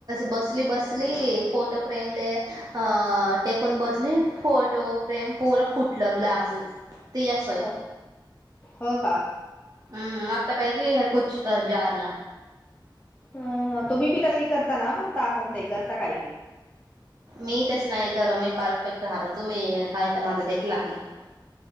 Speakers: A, on the right; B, on the left.
A: बसली बसली फोटो फ्रेम ले अ टेकून बसली फोटो फ्रेम पूरा फुटल ग्लास. ती असय.
B: हो हो का.
A: हम्म आता काय कीह कुर्चीत जारलान.
B: अ ह तुम्ही बी तस करता ना, म्हणता <unintelligible> करता काही कि
A: मी तस नाही कर मी परफेक्ट राहत तुम्ही काय तर मझ देला की <unintelligible>